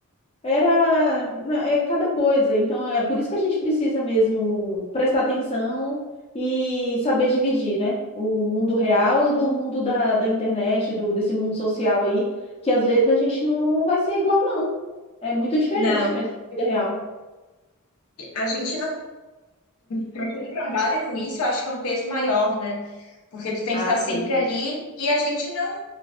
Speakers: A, on the left; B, on the left.
A: Era, na- é cada coisa. Então é por isso que a gente precisa mesmo prestar atenção e saber dividir, né? O mundo real do mundo da, da internet, do, desse mundo social aí, que às vezes a gente não, não vai ser igual, não. É muito diferente
B: Não,
A: mesmo, vida real.
B: a gente não. Para quem trabalha com isso, eu acho que é um peso maior, né? Porque tu tem
A: Ah,
B: que estar sempre
A: sim.
B: ali e a gente não